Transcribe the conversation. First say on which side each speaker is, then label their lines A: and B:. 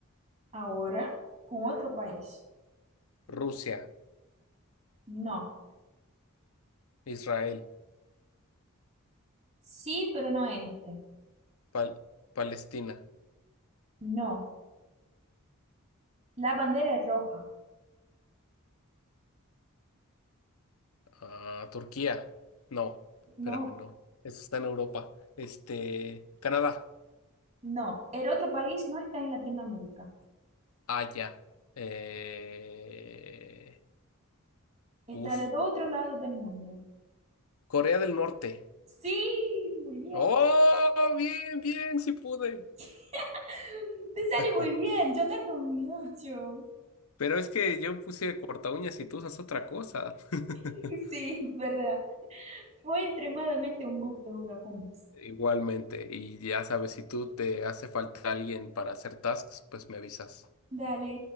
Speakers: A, on the right; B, on the left.
A: ahora con otro país.
B: Rusia,
A: No,
B: Israel,
A: sí, pero no este.
B: Pal- Palestina,
A: No, la bandera es roja.
B: ah, Turquía. No, espérame,
A: No.
B: no. Eso está en Europa. Este, Canadá.
A: No, el otro país no está en Latinoamérica.
B: Allá. Eh,
A: Está
B: uf.
A: del otro lado del mundo.
B: Corea del Norte.
A: Sí, muy bien.
B: ¡Oh! Bien, bien, sí pude.
A: <laughs> Te sale
B: <laughs>
A: muy bien. Yo tardo mucho.
B: Pero es que yo puse corta uñas y tú usas otra cosa. <laughs>
A: <laughs> Sí, verdad. Fue extremadamente un gusto jugar con vos.
B: Igualmente, y ya sabes, si tú te hace falta alguien para hacer tasks, pues me avisas.
A: Dale.